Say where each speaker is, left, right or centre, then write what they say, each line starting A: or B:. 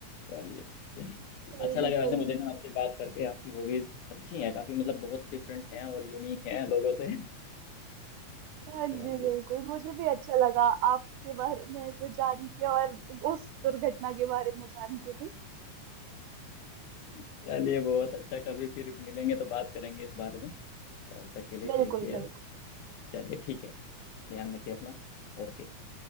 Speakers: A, on the left (about 75°); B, on the right (about 80°).
A: चलिए
B: कोई
A: अच्छा
B: नहीं
A: लगा
B: कोई
A: वैसे मुझे
B: नहीं
A: ना आपसे बात करके आपकी हॉबीज अच्छी हैं काफी मतलब बहुत डिफरेंट हैं और यूनिक हैं लोगों से <laughs>
B: हाँ जी
A: चलिए
B: बिल्कुल मुझे भी अच्छा लगा आपके बारे में ऐसे जान के और उस दुर्घटना के बारे में जान के भी
A: चलिए बहुत अच्छा कभी फिर मिलेंगे तो बात करेंगे इस बारे में तब तक के लिए
B: बिल्कुल
A: टेक केयर
B: बिल्कुल
A: चलिए ठीक है ध्यान रखिए अपना ओके